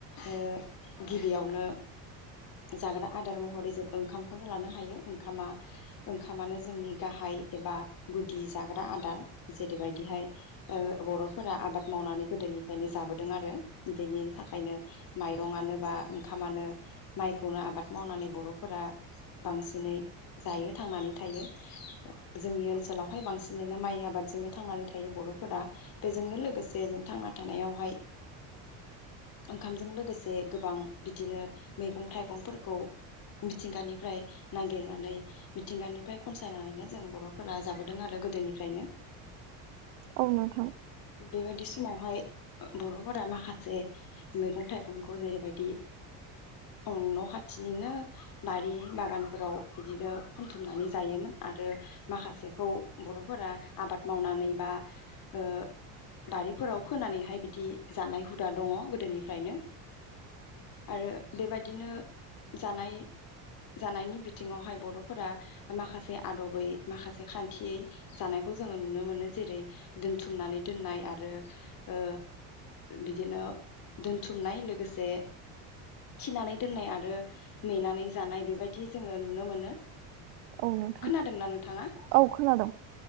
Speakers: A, on the left (about 50°); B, on the right (about 85°).
A: ओ गिबियावनो जाग्रा आदार महरै जों ओंखामखौनो लानो हायो ओंखामा ओंखामानो जोंनि गाहाय एबा गुदि जाग्रा आदार जेरैबायदिहाय ओ बर'फोरा आबाद मावनानै गोदोनिफ्रायनो जाबोदों आरो बेनि थाखायनो माइरंयानो बा ओंखामानो माइखौनो आबाद मावनानै बर'फोरा बांसिनै जायो थांनानै थायो जोंनि ओनसोलावहाय बांसिनैनो माइ आबादजोंनो थांनानै थायो बर'फोरा बेजोंनो लोगोसे जों थांना थानायावहाय ओंखामजों लोगोसे गोबां बिदिनो मैगं थाइगंफोरखौ मिथिंगानिफ्राय नागिरनानै मिथिंगानिफ्राय खनसायनानैनो जों बर'फोरा जाबोदों आरो गोदोनिफ्रायनो।
B: औ नोंथां।
A: बेबायदि समावहाय ओ बर'फोरा माखासे मैगं थाइगंखौ जेरैबायदि ओ न' न' खाथिनिनो बारि बागानफोराव बिदिनो खनथुमनानै जायोमोन आरो माखासेखौ बर'फोरा आबाद मावनानै बा ओ बारिफोराव फोनानैहाय बिदि जानाय हुदा दङ गोदोनिफ्रायनो आरो बेबायदिनो जानाय जानायनि बिथिङावहाय बर'फोरा माखासे आदबै माखासे खान्थियै जानायखौ जोङो नुनो मोनो जेरै दोनथुमनानै दोननाय आरो ओ बिदिनो दोनथुमनाय लोगोसे थिनानै दोननाय आरो मेनानै जानाय बेबायदि जोङो नुनो मोनो।
B: औ नोंथां
A: खोनादोंना नोंथाङा
B: औ खोनादों